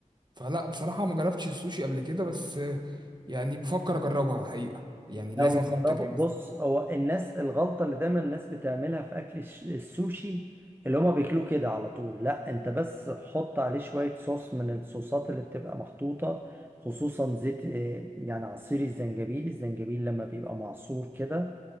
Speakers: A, on the right; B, on the right.
A: فلا بصراحه ما جربتش السوشي قبل كده بس آه، يعني بفكر اجربها الحقيقه يعني
B: لا
A: لازم
B: هو
A: اخد التجربه
B: جربه بص
A: دي
B: هو الناس الغلطة اللي دايما الناس بتعملها في أكل الش- السوشي اللي هما بياكلوه كده على طول لا انت بس حط عليه شوية صوص من الصوصات اللي بتبقى محطوطة خصوصا زيت آه، يعني عصير الزنجبيل الزنجبيل لما بيبقى معصور كده